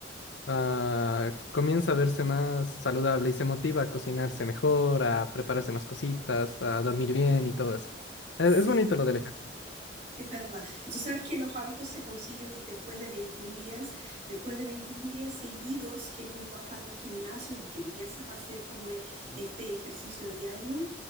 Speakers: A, on the left (about 80°); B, on the right (about 50°).
A: ah, comienza a verse más saludable y se motiva a cocinarse mejor, a prepararse más cositas, a dormir bien y todo eso. Es,
B: Sí,
A: es bonito lo del ejercicio.
B: es verdad. Y tú sabes que los hábitos se consiguen después de 21 días, después de 21 días seguidos que tú vas al gimnasio y que empiezas a hacer como e- este ejercicio diario,